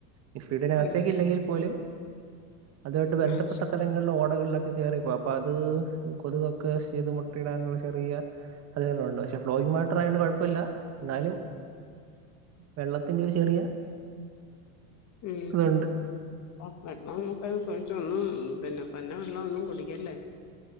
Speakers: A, on the right (about 35°); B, on the left (about 35°).
A: ഈ സ്പീഡിനകത്തേക്ക്
B: ഉം
A: ഇല്ലെങ്കിൽ പോലും അതുമായിട്ട് ബന്ധപ്പെട്ട
B: ആഹ് ശരി
A: സ്ഥല ങ്ങള ഓടകളിലൊക്കെ കയറിപ്പോ അപ്പത് കൊതുകൊക്കെ ചെയ്ത് മുട്ടയിടാനുള്ള ചെറിയ അതിനെല്ലാണ്ട് പക്ഷെ ഫ്ലോയിങ് വാട്ടർ ആയോണ്ട് കൊഴപ്പല്ല എന്നാലും വെള്ള ത്തിന്റെ ഒരു ചെറിയ
B: ഉ
A: ഇതുണ്ട്
B: ആ വെള്ളം <unintelligible> വെള്ളം ഒന്നും കൂടി ല്ലേ